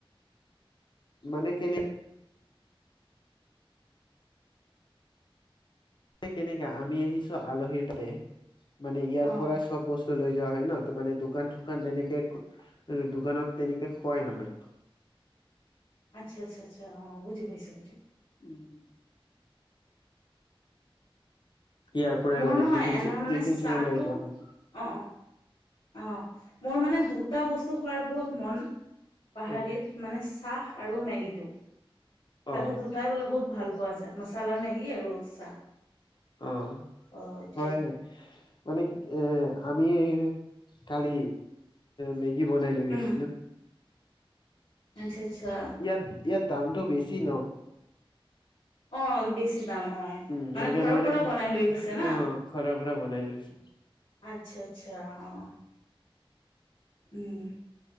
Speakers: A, on the left; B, on the left.
A: মনে কেনে কেনেকা আমি আহিছো আলহীৰ ততে, মানে ইয়াৰ
B: অ
A: পৰাই চব বস্তু লৈ দা হয় ন ত মানে দোকান চোকান তেনেকে দোকানত তেনেকে খুৱাই নহয়। <inaudible>
B: আচ্ছা আচ্ছা আচ্ছা অ' বুজি পাইছোঁ।
A: উম। ইয়াৰ পৰাই
B: মোৰ
A: মানে
B: নহয়
A: টিফিন
B: এনে
A: চি-
B: মানে
A: টিফিন
B: চাহটো
A: চিফিন লৈ যোৱা
B: অ',
A: হয়
B: অ'। অ' মোৰ মানে দুটা বস্তু খোৱাৰ বহুত মন, পাহৰিত
A: অ
B: মানে চাহ আৰু মেগী টো
A: অ
B: তাতে দুটাই বোলে বহুত ভাল পোৱা যায়। মচালা মেগি আৰু চাহ।
A: অ,
B: অ এইটোৱে
A: হয় হয়। মানে কি এ আমি কালি মে কি বনাই লৈ গৈছিলো?
B: উম আচ্ছা আচ্ছা
A: ইয়াত ইয়াত দামটো বেছি ন।
B: অ বেছি দাম অ
A: উম, সেইকাৰণে
B: ঘৰৰ
A: মানে
B: পৰা বনাই লৈ গৈছে না
A: অ' ঘৰৰ পৰা বনাই লৈছো।
B: আচ্ছা, আচ্ছা অ'। উম,